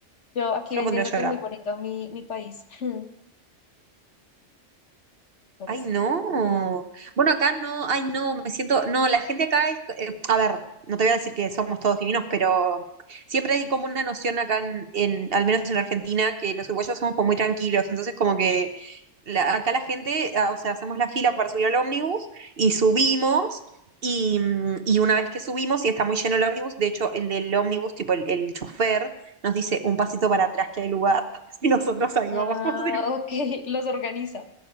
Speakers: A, on the left; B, on the right.
A: Yo aquí
B: Yo
A: vendiéndote
B: me pondría a llorar.
A: muy bonito mi, mi país, <laughs> pero
B: Ay,
A: sí.
B: no. Bueno, acá no, ay, no, me siento, no, la gente acá es, eh, a ver, no te voy a decir que somos todos divinos, pero siempre hay como una noción acá en, en- al menos en Argentina, que los uruguayos somos como muy tranquilos, entonces como que la- acá la gente, ah, o sea, hacemos la fila para subir al ómnibus y subimos. Y, mm, y una vez que subimos y está muy lleno el ómnibus, de hecho el del ómnibus, tipo el, el chofer, nos dice un pasito para atrás que hay lugar <laughs> y nosotros ahí
A: Ah,
B: vamos <laughs>
A: ok, <laughs> los organiza.